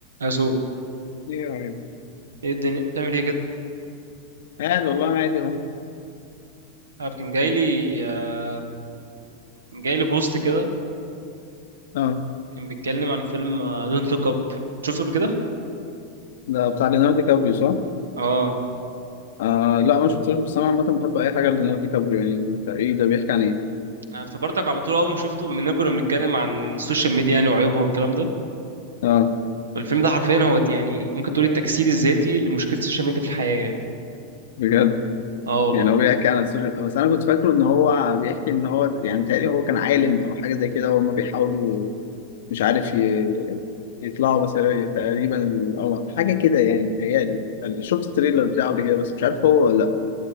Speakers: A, on the right; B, on the left.
A: اسوق
B: ايه يا حبيبي
A: ايه الدنيا بتعمل ايه كده
B: عادي والله عادي اهو
A: عارف كان جاي لي آه جاي لي بوست كده
B: اه
A: كان بيتكلم عن فيلم دونت لوك اب شفته قبل كده
B: ده بتاع ليوناردو دي كابريو صح؟
A: اه
B: آه لا ما شفتوش بس انا عامة بحب اي حاجة ليوناردو دي كابريو يعني بتاع ايه ده بيحكي عن ايه؟
A: انا افتكرتك على طول اول ما شفته بما اننا كنا بنتكلم عن السوشيال ميديا يعني وعيوبها والكلام ده
B: اه
A: فالفيلم ده حرفيا هو يعني ممكن تقول التجسيد الذاتي لمشكله السوشيال ميديا في الحياه يعني
B: بجد
A: اه والله
B: يعني هو بيحكي عن السوشيال بس انا كنت فاكره ان هو بيحكي ان هو يعني متهيألي هو كان عالم او حاجة زي كده وهم بيحاولوا مش عارف ي- يطلعوا مثلا تقريبا القمر حاجة كده يعني متهيألي شفت التريلر بتاعه قبل كده بس مش عارف هو ولا لا